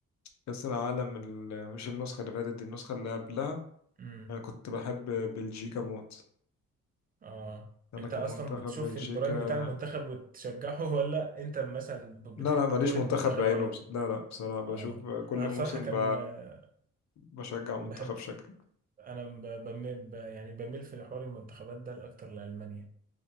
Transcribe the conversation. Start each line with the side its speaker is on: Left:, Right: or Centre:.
Left: كأس العالم ال- مش النسخة اللي فاتت دي النسخة اللي قبلها
Right: امم
Left: أنا كنت بحب بلجيكا موت
Right: اه
Left: أنا
Right: انت
Left: كان
Right: اصلا
Left: منتخب
Right: بتشوف
Left: بلجيكا
Right: البرايم بتاع المنتخب وتشجعه <laughs> ولا انت مثلا ب-
Left: لا
Right: بتحب
Left: لا ماليش
Right: كرة
Left: منتخب
Right: منتخب
Left: بعينه
Right: معين
Left: بس... لا لا بصراحة بشوف
Right: اه
Left: كل
Right: انا بصراحة
Left: موسم
Right: كان
Left: ب...
Right: آه،
Left: بشجع منتخب
Right: بحب
Left: شكل
Right: انا ب- بميل ب- يعني بميل في حوار المنتخبات ده لاكتر لألمانيا